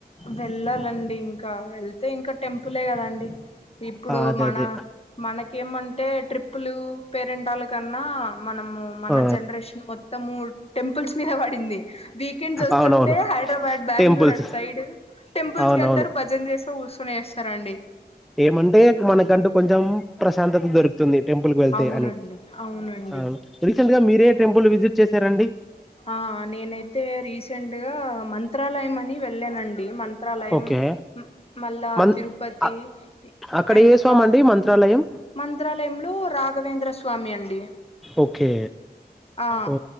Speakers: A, on the left; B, in the centre.
A: వెళ్ళాలండి ఇంకా వెళ్తే ఇంకా టెంపులే కదాండి ఇప్పుడు
B: ఆ అదే
A: మన
B: అదే
A: మనకేమంటే ట్రిప్పులు పేరెంటాల కన్నా మనము మన
B: ఆ
A: జనరేషన్ మొత్ త్తము టెంపుల్స్ మీద పడింది వీకెండ్స్ వస్తుంటే
B: అవునవును
A: హైదరాబాద్ బెంగళూరు
B: టెంపుల్స్
A: అటు సైడ్ టెంపుల్స్
B: అవునవును
A: కి వెళ్తారు భజన చేస్తా కూర్చొని వేస్తారండి
B: ఏమంటే మనకంటూ కొంచెం ప్రశాంతత దొరుకు తుంది టెంపుల్ కి వెళ్తే
A: అవునండి
B: అని
A: అవునండి
B: ఆహ్ రీసెంట్ గా మీ రే టెంపుల్ విజిట్ చేశారండి
A: ఆ నేనైతే అయితే రీసెంట్ గా మంత్రాలయం అని వెళ్ళానండి మంత్రాలయం
B: ఓకే
A: మ అలా
B: మన్
A: తిరుపతి
B: అ- అక్కడ
A: ఇంకా
B: ఏ స్వామి అండి మంత్రాలయం
A: మంత్రాలయంలో రాఘవేంద్ర స్వామి అండి
B: ఓకే
A: ఆ
B: ఓ